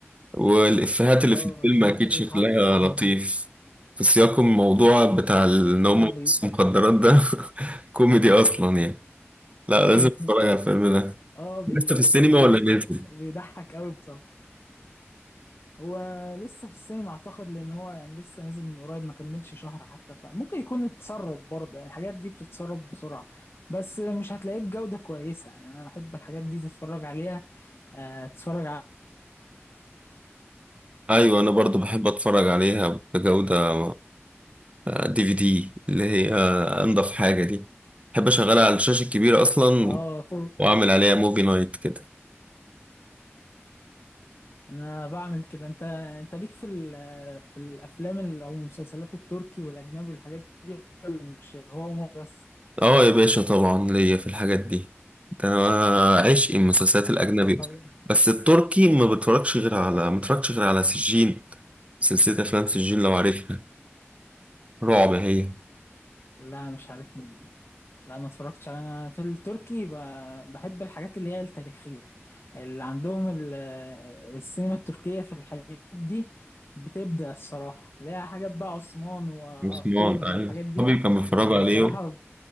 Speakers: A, on the right; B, on the left.
A: والافيهات اللي
B: اه
A: في الفيلم
B: ما دام
A: اكيد
B: انت لسه
A: شكلها
B: حاطه في ال-
A: لطيف في سياق الموضوع بتاع ان هم
B: ده بي...
A: بيبصوا مخدرات ده <laughs> كوميدي اصلا يعني لا لازم
B: <laughs>
A: اتفرج على الفيلم ده
B: اه بي...
A: لسه في السينما
B: بيضحك
A: ولا نازل
B: بيضحك قوي بصراحة هو لسه في السينما اعتقد لان هو يعني لسه نازل من قريب ما كملش شهر حتى فممكن يكون اتسرب برضه يعني الحاجات دي بتتسرب بسرعة بس مش هتلاقيه بجودة كويسة يعني انا بحب الحاجات دي تتفرج عليها آه تتفرج على
A: ايوه انا برضو بحب اتفرج عليها بجوده دي في دي اللي هي انضف حاجه دي بحب اشغلها على الشاشه الكبيره اصلا
B: اه طب
A: واعمل عليها موفي نايت كده
B: انا بعمل كده انت انت ليك في ال- في الافلام ال- او المسلسلات التركي والاجنبي والحاجات دي ولا مش هو مو بس
A: اه يا باشا طبعا ليا في الحاجات دي ده انا عشق المسلسلات الاجنبي
B: اتفرج
A: اصلا بس التركي ما بتفرجش غير على ما بتفرجش غير على سجين سلسله افلام سجين لو عارفها رعب هي
B: لا مش عارف لا ما اتفرجتش على- انا في التركي ب- بحب الحاجات اللي هي التاريخية اللي عندهم ال- السينما التركية في الحاجات دي بتبدع الصراحة ليها حاجات بقى عثمان وارطغرل
A: مسمار ايوه
B: والحاجات دي
A: صحابي كانوا بيتفرجوا
B: ب-
A: عليه
B: بصراحة